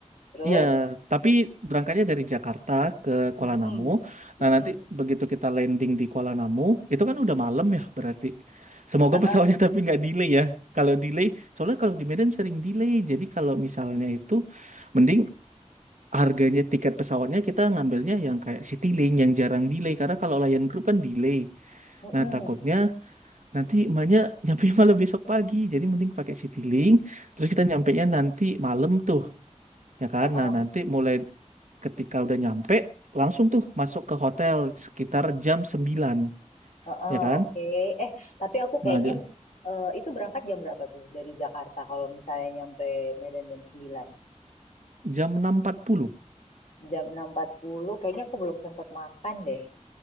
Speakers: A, on the left; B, on the right.
A: terus?
B: Iya, tapi berangkatnya dari Jakarta ke
A: Mm-mm.
B: Kuala Namu.
A: Mm-mm.
B: Nah, nanti begitu kita landing di Kuala Namu, itu kan udah malam ya berarti. Semoga
A: Ha-ha.
B: pesawatnya <laughs> tapi nggak delay ya. Kalau delay, soalnya kalau di Medan sering delay. Jadi kalau misalnya itu, mending harganya tiket pesawatnya kita ngambilnya yang kayak Citylink yang jarang delay. Karena kalau Lion Group kan delay.
A: Mm-mm.
B: Nah, takutnya nanti emaknya <laughs> nyampe malam besok pagi. Jadi mending pakai Citylink. Terus kita nyampenya nanti malam tuh ya kan?
A: Ha-ha.
B: Nah, nanti mulai ketika udah nyampe, langsung tuh masuk ke hotel sekitar jam 9,
A: Heeh,
B: ya kan?
A: oke. Eh, tapi aku
B: Nah,
A: kayaknya
B: ja-
A: eh, itu berangkat jam berapa tuh dari Jakarta kalau misalnya nyampe Medan jam sembilan
B: jam 6.40,
A: Jam enam empat puluh kayaknya aku belum sempat makan deh.